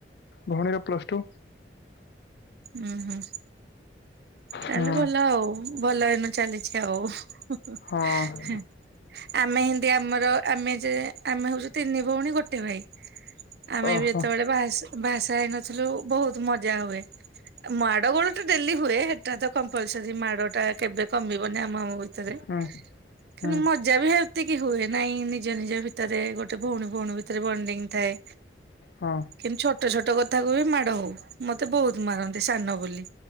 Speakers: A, on the left; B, on the right.
A: ଭଉଣୀର ପ୍ଲସ ଟୁ।
B: ଉଁ ହୁଁ ତାହେଲେ
A: ହୁଁ
B: ଭଲ ଆଉ। ଭଲ ଏନୁ ଚାଲିଚି ଆଉ
A: ହଁ
B: ଆମେ ହିନ୍ତି ଆମର ଆମେ ଯେ ଆମେ ହଉଚୁ ତିନି ଭଉଣୀ ଗୋଟେ ଭାଇ ଆମେ
A: ଓହୋ
B: ବି ଯେତେବେଳେ ବାହା ସା ବାହା ସାହା ହେଇନଥିଲୁ ବହୁତ ମଜା ହୁଏ। ମାଡ଼ ଗୋଳ ତ ଡେଲି ହୁଏ ହେଟା ତ କମ୍ପଲସରୀ ମାଡ ଟା କେବେ କମିବନି ଆମ ଆମ ଭିତରେ
A: ହୁଁ
B: କିନ୍ତୁ
A: ହୁଁ
B: ମଜା ବି ହେତିକି ହୁଏ ନାଇଁ ନି ନିଜ ନିଜ ଭିତରେ ଗୋଟେ ଭଉଣୀ ଭଉଣୀ ଭିତରେ ବଣ୍ଡିଙ୍ଗ ଥାଏ
A: ହଁ
B: କିନ୍ତୁ ଛୋଟ ଛୋଟ କଥାକୁ ବି ମାଡ ହଉ ମତେ ବହୁତ ମାରନ୍ତି ସାନ ବୋଲି।